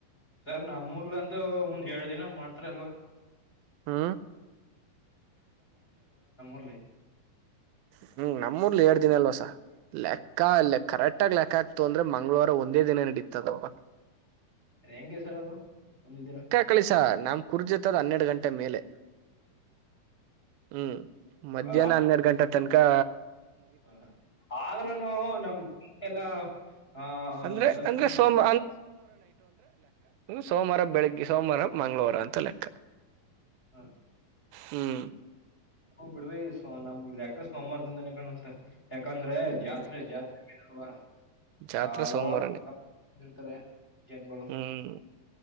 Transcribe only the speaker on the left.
ಸರ್ ನಮ್ಮ ಊರರ್ಲಂದು ಒಂದ್ ಎರಡ್ ದಿನ ಮಾಡ್ತಾರ ಅಲ್ವ
ಪ್ಲೇ
ಹೆಂಗೆ ಸರ್ ಅದು. ಒಂದ ದಿನ
ಹ
ಹ ಆದ್ರೂನು ನಮ್ ಎಲ್ಲ ಆ
ದೇವಸ್ಥಾನ
<inaudible>
ಹು ಬಿಡ್ರಿ ಸೊ ನಮ್ ಲೆಕ್ಕ ಸೋಮವಾರದಿಂದನೇ ಕಾಣುತ್ತೆ. ಯಾಕ ಅಂದ್ರೆ
ಜಾತ್ರೆ ಜಾತ್ರೆ ವಾಹ್
ಹಲವ
ಇರ್ತಾರೆ ಜನಗಳು